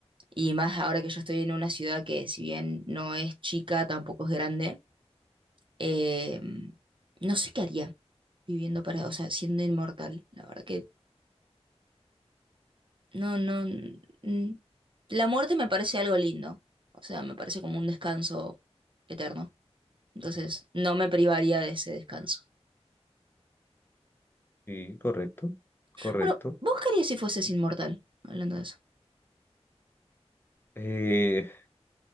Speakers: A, on the right (about 50°); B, on the left (about 20°).
A: y más ahora que yo estoy en una ciudad que si bien no es chica, tampoco es grande, em, no sé qué haría. viviendo para, o sea, siendo inmortal. La verdad que no, no. mm, La muerte me parece algo lindo. O sea, me parece como un descanso eterno. Entonces, no me privaría de ese descanso.
B: Sí, correcto, correcto.
A: Bueno, ¿vos qué harías si fueses inmortal? Hablando de eso.
B: Eh,